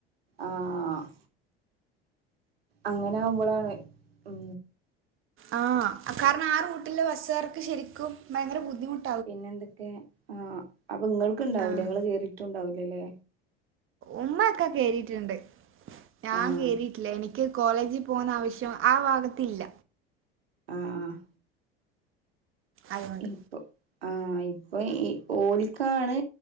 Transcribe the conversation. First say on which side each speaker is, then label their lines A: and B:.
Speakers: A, on the right; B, on the right.
A: ആഹ് അങ്ങനെ ആകുമ്പളാണ് ഉം
B: ആഹ് കാരണം ആ റൂട്ടിലെ ബസ്സുകാർക്ക് ശരിക്കും ഭയങ്കര ബുദ്ധിമുട്
A: പിന്നെ എന്തൊക്കെ ആ അപ്പൊ നിങ്ങൾക്ക്ണ്ടാവൂലെ
B: ആഹ്
A: ഇങ്ങള് കേറിട്ടുണ്ടാവൂല്ലല്ലേ
B: ഉമ്മ ഒക്കെ കേറിട്ടുണ്ട് ഞാൻ
A: ആഹ്
B: കേറിട്ടില്ല എനിക്ക് കോളേജിൽ പോകുന്ന ആവശ്യം ആ ഭാഗത്തില്ല.
A: ആഹ് ആഹ്
B: അതുകൊണ്ട്
A: ഇപ്പൊ ആഹ് ഇപ്പൊ ഈ ഓലിക്കാണ്